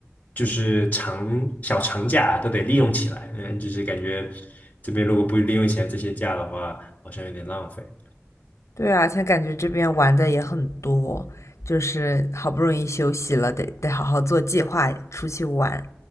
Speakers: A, on the left (about 30°); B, on the left (about 80°).
A: 就是长小长假都得利用起来，嗯，就是感觉这边如果不利用起来这些假的话，好像有点浪费。
B: 对啊，现在感觉这边玩的也很多，就是好不容易休息了，得得好好做计划出去玩。